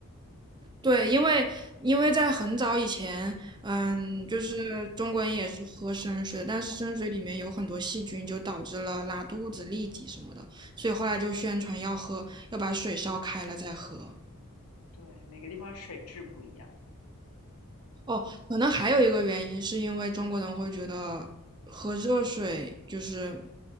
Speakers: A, on the right; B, on the left.
A: 对，因为因为在很早以前，嗯，就是中国人也是喝生水，但是生水里面有很多细菌，就导致了拉肚子、痢疾什么的，所以后来就宣传要喝，要把水烧开了再喝。
B: 对，每个地方水质不一样。
A: 哦，可能还有一个原因，是因为中国人会觉得喝热水就是